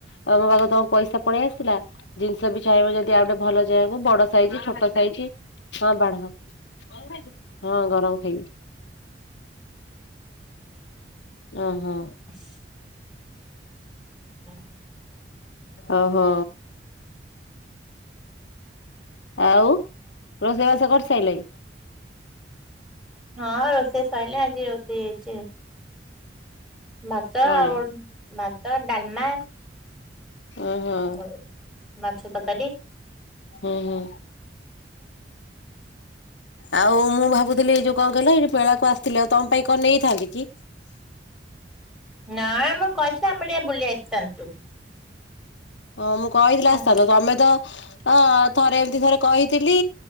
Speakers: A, on the left; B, in the centre.
A: ତମ ପାଖକୁ ତମ ପଇସା ପଳେଇ ଆସିଲା ଜିନିଷ ବି ଚାହିଁବ ଯଦି ଆଉ ଗୋଟେ ଭଲ ଯାହାକୁ ବଡ ସାଇଜ ଛୋଟ ସାଇଜ ହଁ ବାଢ ହଁ ଗରମ ଖାଇବି ଓ ହୋ
B: ବସ୍ ହୁଁ
A: ଓହୋ ଆଉ ରୋଷେଇବାସ କରିସାରିଲେଣି
B: ହଁ ରୋଷେଇ ସରିଲା ଆଜି ରୋଷେଇ ହୋଇଛି ଭାତ
A: କଣ
B: ଆଉ ଭାତ ଡାଲମା
A: ଓହୋ
B: ହଉ ମାଛ ତରକାରୀ
A: ହୁଁ ହୁଁ ଆଉ ମୁଁ ଭାବୁଥିଲି ଏଇ ଯୋଉ କଣ କହିଲ ଏଇଠି ମେଳାକୁ ଆସିଥିଲି ଆଉ ତମ ପାଇଁ କଣ ନେଇଥାନ୍ତି କି
B: ନା ମ କହିଥିଲେ ଆମେ ଟିକେ ବୁଲି ଆସିଥାନ୍ତୁ
A: ହଁ ମୁଁ କହିଥିଲେ
B: ହଁ
A: ଆସିଥାଆନ୍ତ ତମେ ତ ଅ ଥରେ ଏମିତି ଥରେ କହିଥିଲି